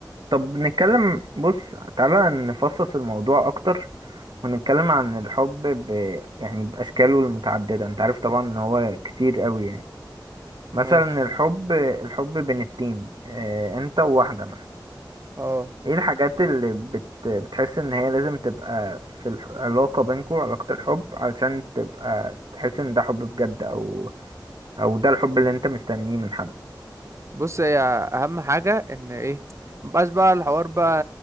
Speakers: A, on the right; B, on the right.
A: طب نتكلم بص تعالى نفصص الموضوع اكتر ونتكلم عن الحب ب... يعني باشكاله المتعدده انت عارف طبعا ان هو كتير قوي يعني مثلا
B: ماشي
A: الحب الحب بين اتنين اه انت وواحده مثلا
B: اه
A: ايه الحاجات اللي بت... بتحس ان هي لازم تبقى في العلاقة بينكو علاقة الحب علشان تبقى تحس ان ده حب بجد او او ده الحب اللي انت مستنيه من حد
B: بص هي اهم حاجه ان ايه مبقاش بقى الحوار بقى